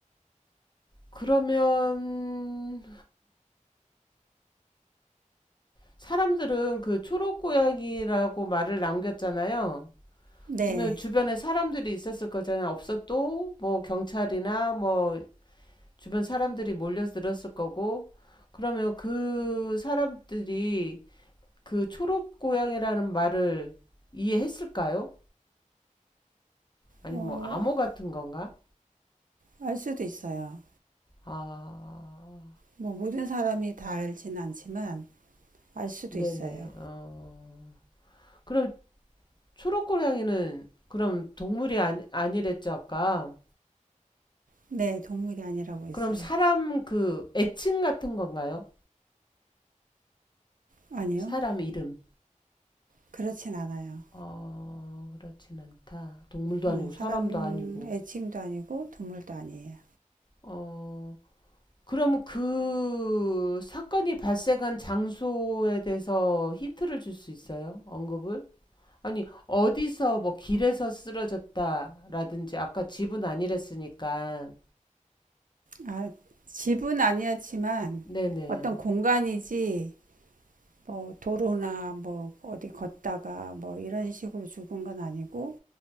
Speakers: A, on the left; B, on the right.
A: 그러면, 사람들은 그 초록 고양이라고 말을 남겼잖아요.
B: 네.
A: 그러면 주변에 사람들이 있었을 거잖아요. 없어도 뭐 경찰이나 뭐 주변 사람들이 몰려들었을 거고. 그러면 그 사람들이 그 초록 고양이라는 말을 이해했을까요? 아니면
B: 어,
A: 뭐 암호 같은 건가?
B: 알 수도 있어요.
A: 아,
B: 뭐 모든 사람이 다 알진 않지만 알 수도
A: 네네.
B: 있어요.
A: 어. 그럼 초록 고양이는 그럼 동물이 아니, 아니랬죠, 아까.
B: 네, 동물이 아니라고 했어요.
A: 그럼 사람 그 애칭 같은 건가요?
B: 아니요.
A: 사람 이름.
B: 그렇진 않아요.
A: 어, 그렇진 않다. 동물도 아니고
B: 음,
A: 사람도
B: 사람
A: 아니고.
B: 애칭도 아니고 동물도 아니에요.
A: 어, 그럼 그 사건이 발생한 장소에 대해서 힌트를 줄 수 있어요? 언급을? 아니, 어디서 뭐 길에서 쓰러졌다라든지 아까 집은 아니랬으니까.
B: 아, 집은 아니었지만
A: 네네.
B: 어떤 공간이지 뭐 도로나 뭐 어디 걷다가 뭐 이런 식으로 죽은 건 아니고